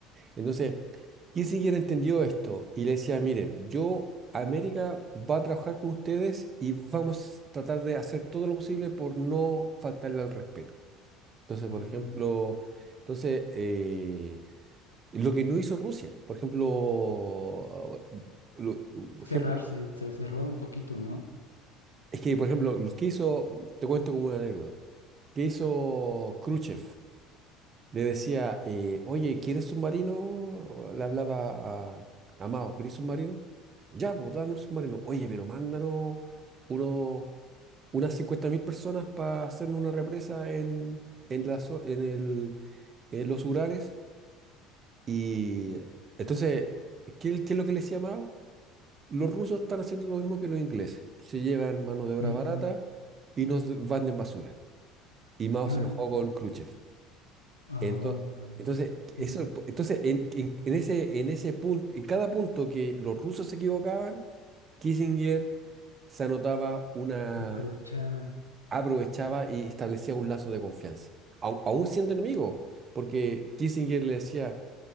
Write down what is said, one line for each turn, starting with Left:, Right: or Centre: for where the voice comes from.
Right: Entonces, y si hubiera entendido esto y le decía, miren, yo, América, va a trabajar con ustedes y vamos a tratar de hacer todo lo posible por no faltarle al respeto. Entonces,
Left: oh.
Right: por ejemplo, entonces, eh, lo que no hizo Rusia, por ejemplo, lo- por
Left: Cerrar
Right: ejemplo,
Left: se, se cerró un poquito, ¿no?
Right: es que, por ejemplo, lo que hizo, te cuento como una anécdota, que hizo Khrushchev? le decía, eh, oye, ¿quieres submarino? Le hablaba a, a Mao, ¿querés submarino? Ya, pues, danos submarino. Oye, pero mándanos uno, unas 50.000 personas para hacer una represa en, en, la, zo- en, el, en los Urales. Y entonces, ¿qué, qué es lo que les decía Mao? Los rusos están haciendo lo mismo que los ingleses. Se llevan mano de obra
Left: Mm,
Right: barata y nos d- van de basura. Y Mao
Left: ajá.
Right: se enojó con Khrushchev.
Left: Oh,
Right: entonces Entonces, eso,
Left: Ujú.
Right: entonces en, en- en ese, en ese punto, en cada punto que los rusos se equivocaban, Kissinger se anotaba una,
Left: Lo aprovechaba.
Right: aprovechaba y establecía un lazo de confianza, au- aún siendo enemigo, porque Kissinger le decía,